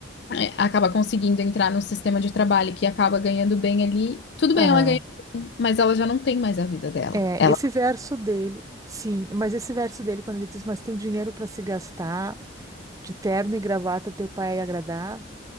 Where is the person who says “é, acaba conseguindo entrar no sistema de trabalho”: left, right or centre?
Left